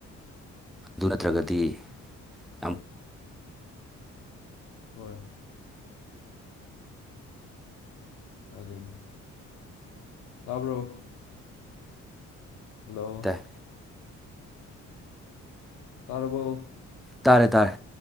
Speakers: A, in the centre; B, on the left.
A: ꯑꯗꯨ ꯅꯠꯇ꯭ꯔꯒꯗꯤ ꯌꯥꯝ
B: ꯍꯣꯏ ꯑꯗꯨꯅꯤ ꯇꯕ꯭ꯔꯣ ꯍꯜꯂꯣ
A: ꯇꯥꯏ
B: ꯇꯥꯔꯕꯣ
A: ꯇꯥꯔꯦ ꯇꯥꯔꯦ